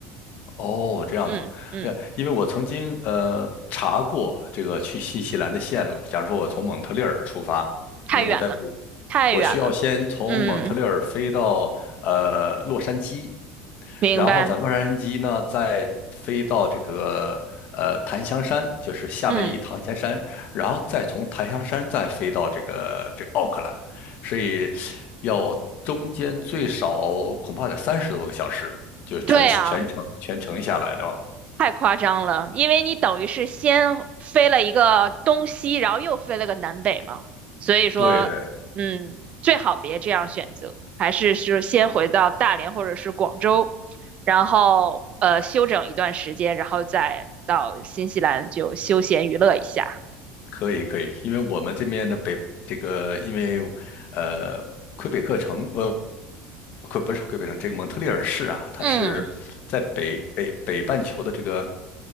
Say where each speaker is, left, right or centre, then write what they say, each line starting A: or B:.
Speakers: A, on the left; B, on the right.
A: 哦，这样子，
B: 嗯嗯，
A: 哎呀，因为我曾经呃查过这个去新西兰的线路。假如说我从蒙特利尔出发，
B: 太远了，
A: 因为我在我
B: 太远了。
A: 我需要先从蒙特利尔飞到呃洛杉矶，
B: 嗯，明白。
A: 然后在洛杉矶呢，再飞到这个呃檀香山，就是夏威夷檀香山，
B: 嗯，
A: 然后再从檀香山再飞到这个这个奥克兰，所以要中间最少恐怕得三十多个小时，就是全全程全程下来的吧。
B: 对呀。太夸张了，因为你等于是先飞了一个东西，然后又飞了个南北嘛，所以说，
A: 对对，
B: 嗯，最好别这样选择，还是是先回到大连或者是广州，然后呃休整一段时间，然后再到新西兰就休闲娱乐一下。
A: 可以可以，因为我们这边的北这个，因为呃，魁北克城呃，魁不是魁北克城，这个蒙特利尔市啊，它是在北北北半球的这个
B: 嗯，